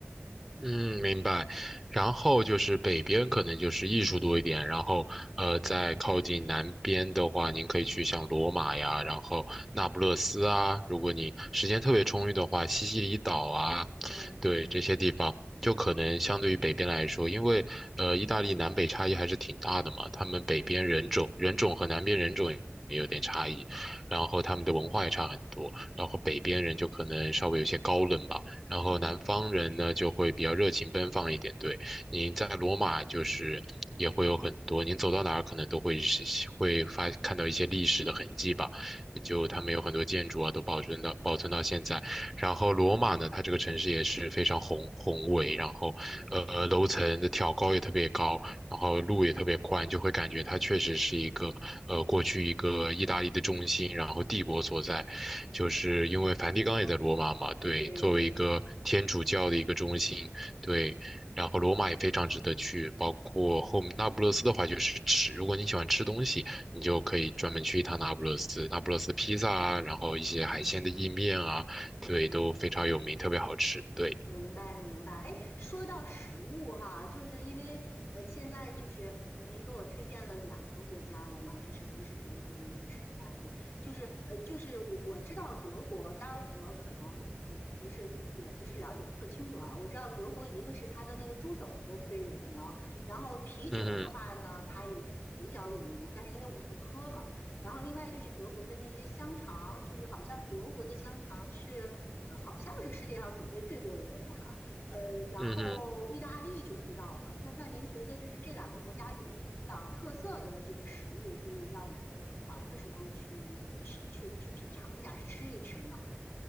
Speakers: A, in the centre; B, on the left.
A: 嗯，明白。然后就是北边可能就是艺术多一点，然后呃，在靠近南边的话，
B: 嗯
A: 您可以去像罗马呀，然后那不勒斯啊，如果你时间特别充裕的话，西西里岛啊，
B: 嗯嗯
A: 对这些地方，就可能相对于北边来说，因为呃，意大利南北差异还是挺大的嘛，他们北边人种人种和南边人种也有点差异，
B: 嗯嗯
A: 然后他们的文化也差很多，然后北边人就可能稍微有些高冷吧。然后南方人呢就会比较热情奔放一点。
B: 嗯
A: 对，您在罗马就是也会有很多，您走到哪儿可能都会是会发看到一些历史的痕迹吧。
B: 嗯
A: 就他们有很多建筑啊，都保存到保存到现在。然后罗马呢，
B: 嗯
A: 它这个城市也是非常宏宏伟，然后呃楼层的挑高也特别高，
B: 嗯
A: 然后路也特别宽，
B: 嗯，
A: 就会感觉它确实是一个呃过去一个意大利的中心，然后帝国所在。就是因为梵蒂冈也在罗马嘛，对，
B: 对，
A: 作为一个天主教的一个中心，对，然后罗马也非常值得去，包括后面那不勒斯的话就是吃，如果你喜欢吃东西，你就可以专门去一趟那不勒斯，那不勒斯披萨啊，然后一些海鲜的意面啊，
B: 嗯
A: 对，
B: 嗯。
A: 都非常有名，特别好吃，对，
B: 明白明白，哎，说到食物哈，就是因为呃，现在就是呃，您给我推荐了两个国家了嘛，就是一个是德国，一个是意大利，就是呃，就是我我知道德国，当然我可能呃不是也不是了解的特清楚啊，我知道德国一个是它的那个猪肘子特别有名，然后啤酒的话呢，
A: 嗯哼，
B: 它也比较有名，但是因为我不喝嘛，然后另外就是德国的那些香肠，就是好像德国的香肠是，呃，好像是世界上种类最多的国家啊。呃，然后意大利就不知道了。
A: 嗯哼。
B: 那那您觉得就是这两个国家有什么比较特色的这个食物，可以让我们出玩的时候去吃、去去品尝一下、吃一吃吗？